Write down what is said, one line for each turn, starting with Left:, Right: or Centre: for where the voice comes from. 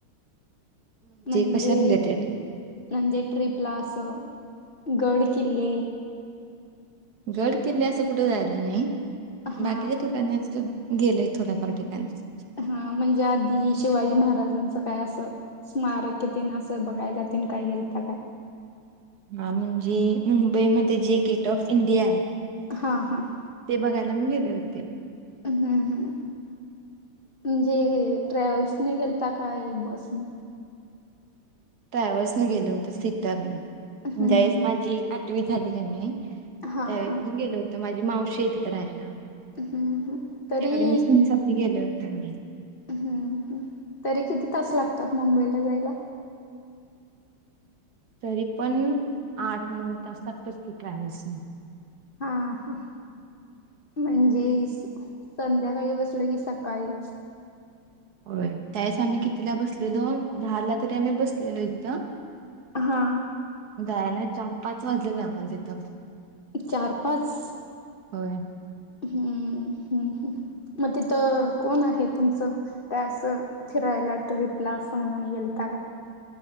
Left: म्हणजे,
Right: कशा रिलेटेड
Left: म्हणजे? ट्रिपला असं गड, किल्ले
Right: गड, किल्ले असं कुठं जायला नायी,
Left: हा
Right: बाकीच्या ठिकाणी आसं गेलोय थोड्याफार ठिकाणीच
Left: हा म्हणजे आधी शिवाजी महाराजांचं काय असं स्मारकंन तेन असं बघायला तेन काय गेलता काय?
Right: हा म्हणजे मुंबई मध्ये जे गेट ऑफ इंडिया?
Left: हा हा
Right: ते बघायला मी गेले होते
Left: हम्म हम् म्हणजे ट्रॅव्हल्सने गेलता काय, बस नी?
Right: ट्रॅव्हल्सने गेले होतो सीटरने,
Left: हम्म
Right: ज्यावेळेस
Left: हम्म
Right: माझी आठवी झाली कनय
Left: हा
Right: त्यावेळेत
Left: हा
Right: मी गेलो होतो. माझी मावशीय तिथं राहायला
Left: हम्म हम्म तरी
Right: याकडे <unintelligible> गेले होते मी
Left: हम्म, तरी किती तास लागतात मुंबईला जायला?
Right: तरी पण आठ, नऊ तास लागतात की ट्रॅव्हल्स नी
Left: हा हा म्हणजे संध्याकाळी बसलं की, सकाळीचं
Right: होय, त्यावेळेस आम्ही कितीला बसलेलो? दहाला तरी आम्ही बसलेलो इथं
Left: हा
Right: जायला चार, पाच वाजलेलं आम्हाला तिथं
Left: चार, पाच?
Right: होय
Left: हम्मं म तिथं कोण आहे तुमचं? त्यां आसं फिरायला, ट्रिपला असं म्हणून गेलता काय?